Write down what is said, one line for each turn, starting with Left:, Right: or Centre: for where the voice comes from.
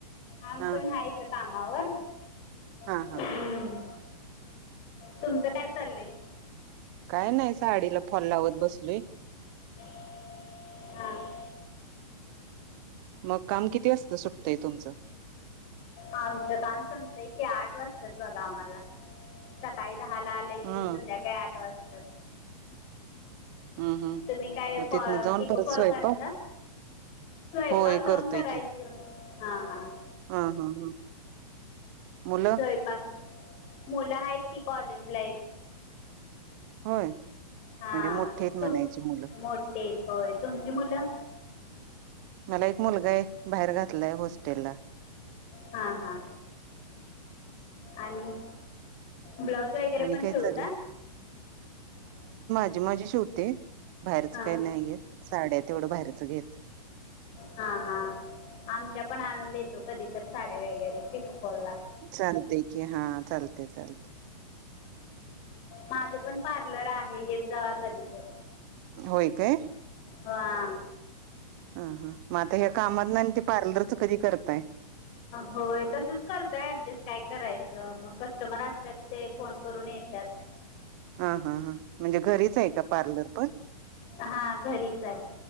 Left: आमी
Right: हा
Left: पण हाय इत कामावर.
Right: हा
Left: हम्म.
Right: हा.
Left: तुमचं काय चाललंय
Right: काय नइ साडीला फॉल लावत बसलोय.
Left: हा हा
Right: मग काम किती वासता सुटतंय तुमचं.
Left: आमचं काम संमतयकी आठ वाजत्यात बगा आमाला सकाळी धाला आल
Right: हम्म
Left: की संध्याकाळी आठ वाजत्यात.
Right: हम्म हम्म
Left: तुमी काय
Right: मग
Left: फॉ
Right: तिथनं जाऊन
Left: पिको
Right: परत
Left: फॉल
Right: स्वयंपाक
Left: करता. स्वयपाक
Right: होय
Left: जाऊन
Right: करतोय
Left: करायचं
Right: की
Left: हा हा.
Right: हा हा हा. मुलं
Left: स्वयपाक मुलं हाइत कि कॉलेजलाइत
Right: होय.
Left: हा
Right: म्हणजे मोठी आहेत म्हणायची
Left: तुम
Right: मुलं
Left: मोटीएत होय तुमची मुलं
Right: मला एक मुलगाए भाइर घातलाय होस्टेल ला
Left: हा हा. आणि ब्लाऊज वगैरे
Right: आणि
Left: पण
Right: काय
Left: शिवता?
Right: चालय माजी माजी शिवते बाहेरच
Left: हां
Right: काय न्हाइ घेत साड्या तेवढं बाहेरच घेतोय.
Left: हा हा आमच्या पण आणून देतो कदी तर साड्या वेगैरे पिकू फाॅला
Right: चालतय की हा चालतय चालतय.
Left: माज पण पार्लर आहे येत जावा कदी तर.
Right: होय काय.
Left: हां.
Right: ह हा म आता ह्या कामातन आनी ते पार्लरच कदी करताय.
Left: होय तसच करतोय ऍडजस्ट काय करायचं म कस्टमर असत्यात ते फोन करून ये येत्यात.
Right: हा हा हां म्हणजे घरीचए का पार्लर पण
Left: हा घरीचय